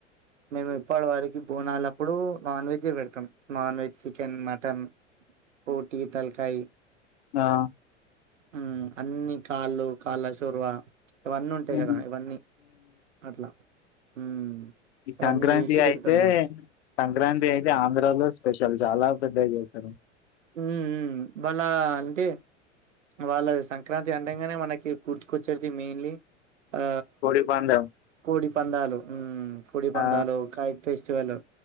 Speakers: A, on the right (about 80°); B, on the left (about 65°).
A: మేము ఎప్పడి వరికి బోనాల అప్పుడు వ నాన్ వెెజే వెడతాం నాన్ వెజ్ చికెన్ మటన్ బోటి తలకాయ్
B: ఆ
A: ఉమ్ అన్ని కాళ్ళు కాళ్ళ చొరువ ఇవన్నీ ఉంటాయి
B: ఉమ్.
A: కదా ఇవన్నీ అట్లా ఉమ్
B: ఈ
A: అవన్నీ
B: సంక్రాంతి
A: చేసి
B: అయితే
A: పెడతాము
B: సంక్రాంతి అయితే ఆంధ్రాలో స్పెషల్ చాలా పెధగా చీతారు
A: ఉ ఉమ్మ్ భళా అంటే వాళ్ళ ద సంక్రాంతి అంటంగానే మనకి గుర్చుకొచ్చేది మెయిన్లీ ఆ
B: కోడి పందెం
A: కోడి ప్పందాలు మ్మ్ కుడి పందాలు
B: ఆ
A: కాయత్తేస్ చ్చువల్లో